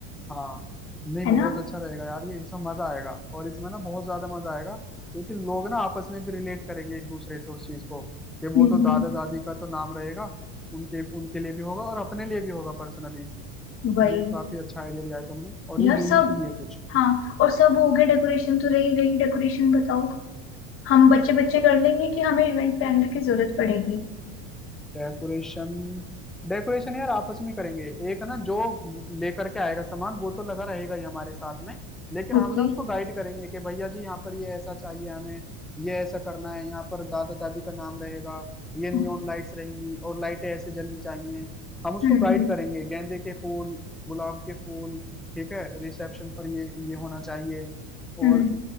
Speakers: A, in the centre; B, on the left (about 35°).
A: हाँ नहीं
B: है
A: बहुत
B: ना
A: अच्छा रहेगा यार ये इसमें मजा आएगा और इसमें ना बहुत ज्यादा मजा आएगा क्योंकि लोग ना आपस में भी रिलेट करेंगे एक दूसरे से उस चीज को कि वो
B: हम्म
A: तो दादा
B: हम्म
A: दादी का तो नाम रहेगा उनके उनके लिए भी होगा और अपने लिए भी होगा पर्सनली
B: वही
A: ये काफी अच्छा आइडिया दिया है तुमने और
B: यार
A: ये यूनिक
B: सब
A: भी है कुछ
B: हाँ और सब हो गया डेकोरेशन तो रही गई डेकोरेशन बताओ हम बच्चे बच्चे कर लेंगे कि हमें इवेंट प्लानर की जरूरत पड़ेगी
A: डेकोरेशन डेकोरेशन यार आपस में करेंगे एक ना जो लेकर के आएगा सामान वो तो लगा रहेगा ही हमारे साथ में लेकिन हम
B: ओके
A: ना उसको गाइड करेंगे कि भैया जी यहाँ पर ये ऐसा चाहिए हमें ये ऐसा करना है यहाँ पर दादा दादी का नाम रहेगा ये नियॉन
B: हम्म
A: लाइट्स रहेंगी और लाइटें ऐसे जलनी चाहिए हम उसको
B: हम्म
A: गाइड करेंगे गेंदे के फूल गुलाब के फूल ठीक है रिसेप्शन पर ये ये होना चाहिए
B: हम्म
A: और